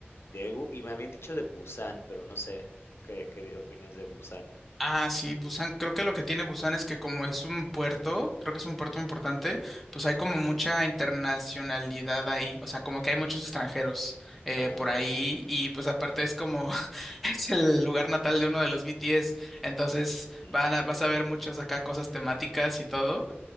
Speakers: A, on the left; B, in the centre.
A: Daegu, y me habían dicho de Busan, pero no sé qué, qué opinas de Busan.
B: Ah, sí, Busan, creo que lo que tiene Busan es que como es un puerto, creo que es un puerto importante, pues hay como mucha internacionalidad ahí, o sea, como que hay muchos extranjeros eh,
A: Ah,
B: por ahí y pues aparte es como, <laughs> es el lugar natal de uno de los BTS, entonces
A: mm,
B: van a, vas
A: okey.
B: a ver muchos acá cosas temáticas y todo.